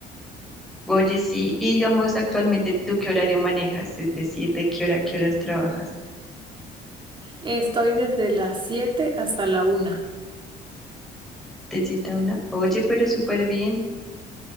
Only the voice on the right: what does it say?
Estoy desde las 7 hasta la una.